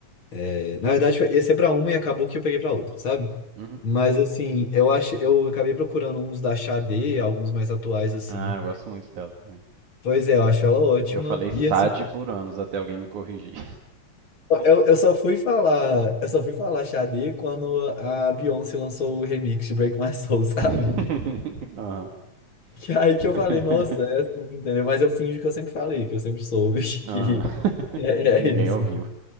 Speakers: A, on the left; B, on the right.
A: É, Na verdade, foi- ia ser para uma e acabou que eu peguei para outra, sabe?
B: Uhum.
A: Mas, assim, eu achei, eu acabei procurando uns da Xadê, alguns mais atuais, assim.
B: Ah, eu gosto muito dela também.
A: Pois é, eu acho ela ótima.
B: Eu falei
A: E,
B: SAD
A: assim,
B: por anos até alguém me corrigir.
A: eu, eu só fui falar, eu só fui falar Xadê quando a Beyoncé lançou o remix de Break My Soul, <laughs> sabe?
B: <laughs> Aham.
A: E aí que
B: <laughs>
A: eu falei, nossa, é assim, entendeu? Mas eu finjo que eu sempre falei, que eu sempre soube. <laughs>
B: Aham. <laughs>
A: E é,
B: Ninguém
A: é isso.
B: ouviu.